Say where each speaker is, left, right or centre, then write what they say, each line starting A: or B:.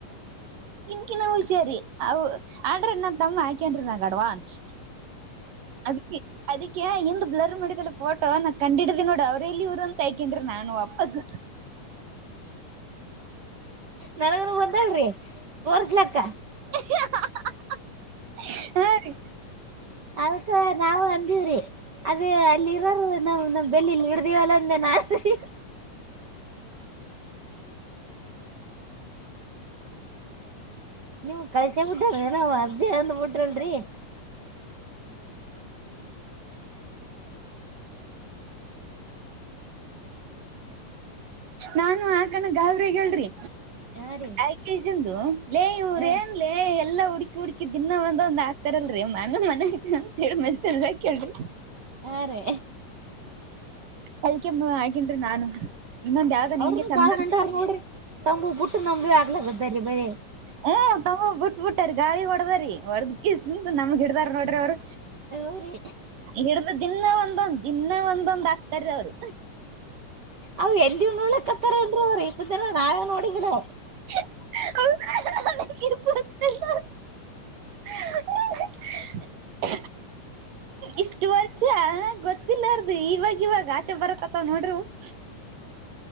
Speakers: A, on the right; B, on the right.
A: ಹ ಹ ಸೇರಿ <unintelligible> ನನ್ ತಮ್ಮ ಹಾಕನ್ ರಿ ನಂಗ ಅಡ್ವಾನ್ಸ್ ಅದಿಕ್ಕೆ ಅದಕ್ಕೆ ಇಂದು ಬ್ಲರ್ ಮಾಡಿದಲ್ಲ ಫೋಟೋ ನಾ ಕಂಡಿದ್ದಿ ನೋಡ್ ಅವ್ರ ಎಲ್ಲಿ ಯುರು ಅಂತ <unintelligible> ನಾನು ವಾಪಸ್
B: ನನಗನು ಬಂದಾಳಿ ತೋರ್ಸಲಕ್ಕ
A: <inaudible> ಹಾ ರೀ
B: ಅದಕ್ಕ ನಾವು ಅಂದೀವ್ರಿ ಅದೇ ಅಲ್ಲಿ ಇರಲ್ ನಾವು ನಮ್ಮ್ ಬೆಲ್ಲಿಲ್ಲಿ ಹಿಡ್ದವಲ್ಲ ಅಂದೇನ್ ಆಸತಿ ನಿವು ಕಳಸೆ ಬಿಟ್ಟರೆನವ ರಿ ಅಂದು ಬಿಟಲ್ರಿ
A: ನಾನು ಆಕಣ ಗಾಬ್ರಿಗ್ ಹೇಳ್ರಿ
B: ಹಾ ರೀ
A: ಆಯ್ಕೆಜಂದು ಲೇ ಇವ್ರೇ
B: ಹಾ
A: ಏನ್ಲೇ ಎಲ್ಲ ಹುಡ್ಕಿ ಹುಡ್ಕಿ ದಿನಾ ಒಂದಂದ ಆಕ್ತಾರಲ್ರರಿ ಮಮ್ಮ ಮನ್ಯ ಅಂತೇಳಿ ಮೆಸೇಜ್ ಹಾಕ್ಯಾಳ್ರಿ
B: ಹಾ ರೇ
A: ಅಲ್ಕಮ್ಮ ಆಗೇನ್ ರಿ ನಾನು ಇನ್ನೊಂದ್ ಯಾವ್ದೋ ನಿಂಗೆ
B: ಅವ್ರನು
A: ಚಂದ
B: ಬಾಳ ಹಂಡ ನೋಡ್ರಿ ತಂಬು ಬುಟ್ಟು ನಂಬ ಆಗಲ ಗ್ದರಿ ಬರ
A: ಹ್ಮ್ ತಮ್ಮ ಬಿಟ್ ಬಿಟ್ಟಾರಿ ಗಾಳಿ ಹೊಡದ್ರೀ ಹೊಡದಂ ನಮಗ ಹಿಡ್ದಾರ ನೋಡ್ರಿ ಅವರು
B: ಹೌರಿ
A: ಹಿಡಿದ ದಿನ್ನ ಒಂದೊಂದ್ ದಿನ್ನ ಒಂದೊಂದ್ ಆಕ್ತಾರ್ ರಿ ಅವರು
B: ಅ ಎಲ್ಲಿ ನೋಲಕ್ತರೆ ಇನ ನಾವ ನೋಡಿದ್ದರು
A: <unintelligible> <unintelligible> ಇಷ್ಟು ವರ್ಷ ಗೊತ್ತಿಲ್ಲ ಅರ್ದು ಇವಾಗ ಇವಾಗ ಆಚೆ ಬರತ್ತತ್ತವ ನೋಡ್ರರು <inaudible>